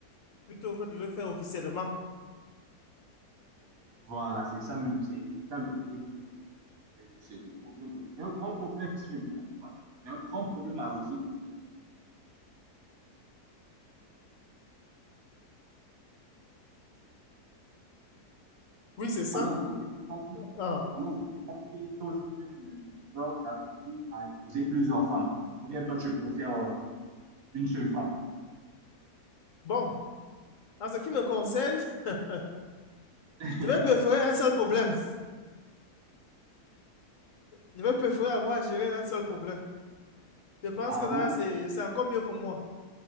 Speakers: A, on the left (about 55°); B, on the right (about 60°).
A: plutôt que de le faire officiellement.
B: Voilà, c'est ça même, c'est c'est ça le problème de nos jours. Euh, C'est le problème de- c'est un grand problème si je ne me trompe pas. C'est un grand problème à résoudre.
A: Oui, c'est ça.
B: Alors, je ne sais pas si,
A: Ah.
B: alors, je ne sais pas si toi aussi tu es du genre d'avis à épouser plusieurs femmes. Ou bien toi, tu préfères euh, une seule femme.
A: Bon, en ce qui me concerne, <laughs>
B: <laughs>
A: je vais préférer un seul problème. Je vais préférer avoir à gérer un seul problème. Je pense
B: Ah
A: que là,
B: ouais,
A: c'est, c'est encore mieux pour moi.